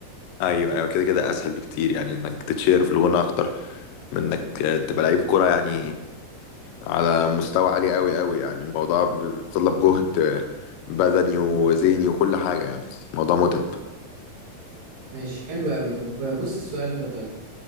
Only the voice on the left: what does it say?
ايوه ايوه كده كده اسهل بكتير يعني انك تتشير في الغنى اكتر من انك تبقى لعيب كرة يعني على مستوى عالي قوي قوي يعني الموضوع بيتطلب جهد بدني وذهني وكل حاجة يعني الموضوع متعب